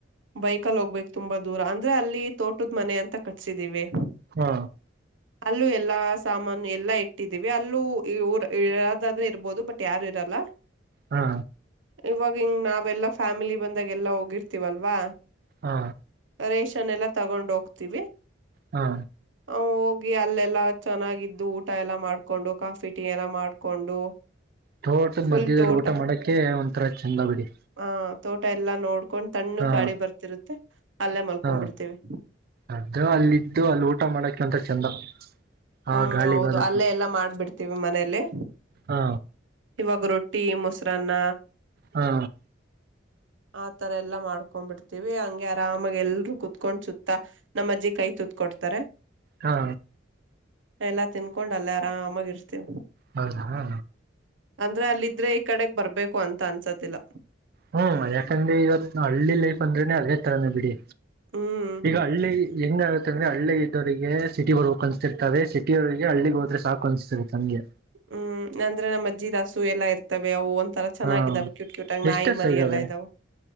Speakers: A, on the right; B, on the right.
A: ಬೈಕಲ್ಲಿ ಹೋಗ್ಬೇಕ ತುಂಬಾ ದೂರ ಅಂದ್ರೆ ಅಲ್ಲಿ ತೋಟದ್ ಮನೆ ಅಂತ ಕಟ್ಸಿದೀವಿ
B: ಹಾ
A: ಅಲ್ಲೂ ಎಲ್ಲಾ ಸಾಮಾನು ಎಲ್ಲಾ ಇಟ್ಟಿದೀವಿ ಅಲ್ಲೂ ಊರ್ ಇರದಾದ್ರೆ ಇರ್ಬೋದು ಬಟ್ ಯಾರು ಇರಲ್ಲ
B: ಹಾ
A: ಇವಾಗ ಹಿಂಗ್ ನಾವೆಲ್ಲ ಫ್ಯಾಮಿಲಿ ಬಂದಾಗ ಎಲ್ಲ ಹೋಗಿರ್ತಿವಲ್ಲ ವಾಹ್
B: ಹಾ
A: ರೇಷನ್ ಎಲ್ಲ ತಗೊಂಡ್ ಹೋಗ್ತೀವಿ
B: ಹಾ
A: ಹೋಗಿ ಅಲ್ಲೆಲ್ಲ ಚೆನ್ನಾಗಿದ್ದು ಊಟ ಎಲ್ಲಾ ಮಾಡ್ಕೊಂಡು ಕಾಫಿ ಟೀ ಎಲ್ಲ ಮಾಡ್ಕೊಂಡು
B: ತೋಟದ
A: ಫುಲ್
B: ಮಧ್ಯದಲ್ಲಿ
A: ತೋಟ
B: ಊಟ ಮಾಡಕ ಒಂಥರ ಚೆಂದ ಬಿಡಿ
A: ಆ ತೋಟ ಎಲ್ಲಾ ನೋಡ್ಕೊಂಡ್ ತಣ್ಣು
B: ಹಾ
A: ಗಾಳಿ ಬರ್ತಿರುತ್ತೆ ಅಲ್ಲೇ ಮಲ್ಕೊಂಡ್ಬಿಡ್ತೀವಿ
B: ಹಾ ಅದು ಅಲ್ಲಿದ್ದು ಅಲ್ಲಿ ಊಟ ಮಾಡಕ ಅಂತ ಚಂದ
A: ಹ್ಮ
B: ಆ ಗಾಳಿಗ
A: ಹೌದು
B: ಅದಕ್ಕ
A: ಅಲ್ಲೇ ಎಲ್ಲಾ ಮಾಡ್ಬಿಡ್ತೀವಿ ಮನೇಲಿ
B: ಹಾ
A: ಇವಾಗ ರೊಟ್ಟಿ ಮೊಸರನ್ನ
B: ಹಾ
A: ಆತರ ಎಲ್ಲಾ ಮಾಡ್ಕೊಂಡಬಿಡ್ತೀವಿ ಹಂಗೆ ಆರಾಮಾಗ ಎಲ್ರುೂ ಕುೂತ್ಕೊಂಡ್ ಸುತ್ತ ನಮ್ಮಜ್ಜಿ ಕೈ ತೂತ್ಕೊಡ್ತಾರೆ
B: ಹಾ
A: ಎಲ್ಲ ತಿನ್ಕೊಂಡ್ ಅಲ್ಲ ಆರಾಮಮಗ ಇರ್ತತಿವಿ
B: ಹೌದಾ ಹಾ
A: ಅಂದ್ರೆ ಅಲ್ಲಿದ್ರೆ ಈ ಕಡೆಗ್ ಬರ್ಬೇಕು ಅಂತ ಅನ್ಸದಿಲ್ಲ
B: ಹ್ಮ್ ಯಾಕಂದ್ರೆ ಇವತ್ ಹಳ್ಳಿ ಲೈಫ್ ಅಂದ್ರೆನನೆ ಅದೇ ತರಾನ ಬಿಡಿ
A: ಹ್ಮ್.
B: ಈಗ ಹಳ್ಳಿ ಹೆಂಗ ಅಂದ್ರ ಹಳ್ಳಿ ಇದ್ದೋರಿಗೆ ಸಿಟಿಗ ಹೋಗ್ ಅನ್ಸ್ತಿರ್ತವೆ ಸಿಟಿಯವ್ರಿಗೆ ಹಳ್ಳಿಗೆ ಹೋದ್ರೆ ಸಾಕು ಅನ್ಸ್ತಿತಂಗೆ
A: ಹ್ಮ್ ನಂದ್ರ ನಮ್ಮ ಅಜ್ಜಿ ಕಾಸ್ ಎಲ್ಲಾ ಇರ್ತವೆ ಅವು ಒಂ ತರ ಚೆನ್ನಾಗಿದ್ದಾವವು
B: ಹಾ
A: ಕ್ಯೂಟ್ ಕ್ಯೂಟಗ ನಾಯಿ
B: ಎಷ್ಟಸ
A: ಮರಿ
B: ಇದಾವೆ
A: ಎಲ್ಲ ಇದಾವ